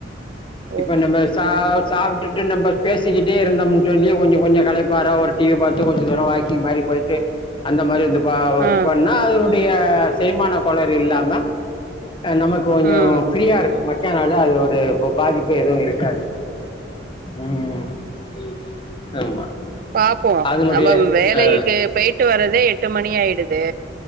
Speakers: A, on the right; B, on the left.
A: ஓ
B: இப்ப நம்ப சா சாப்ட்டுட்டு நம்ம பேசிக்கிட்டே இருந்தம்ன் சொல்லி கொஞ்ச கொஞ்ச களைப்பாரா ஒரு டி வி பாத்து கொஞ் ச தூரோ வாக்கிங் மாரி போயிட்டு அந்த மாரி இந்த பாவச்
A: ஆ
B: பண்ணா அ அதனுடைய செரிமான கொளறு இல்லாம நமக்கு கொஞ்ச
A: ம்
B: ஃப்ரீயா இருக்கு மைக்கானாளு அது ஒரு பாதிப்பு எதுவு இருக்காது ம் ம் ஆமா
A: பாப்போ
B: அதனுடைய
A: நம்ம வேலைக்கு
B: ஆ
A: போயிட்டு வர்றதே எட்டு மணி ஆயிடுது